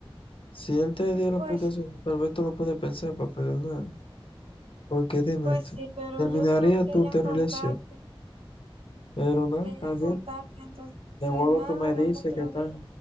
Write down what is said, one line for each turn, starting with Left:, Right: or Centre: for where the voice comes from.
Left: Si él te dio la
Right: pues,
Left: explicación, tal vez tú lo puedes pensar para perdonar. Porque dime
Right: pues
Left: tú,
Right: sí, pero
Left: terminaría
Right: yo solo
Left: tu,
Right: quería
Left: tu relación.
Right: contarte,
Left: Pero no,
Right: quería
Left: está bien.
Right: contarte, entonces
Left: De luego
Right: nada,
Left: tú me
Right: hablamos
Left: dices
Right: otro
Left: que está.
Right: día.